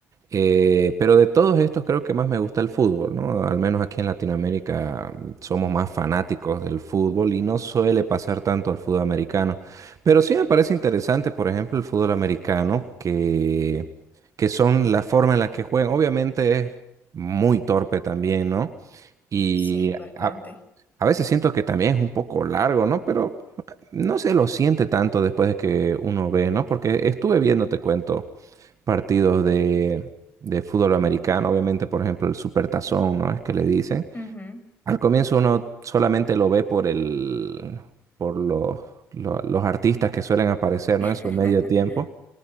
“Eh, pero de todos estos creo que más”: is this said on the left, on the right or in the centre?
Right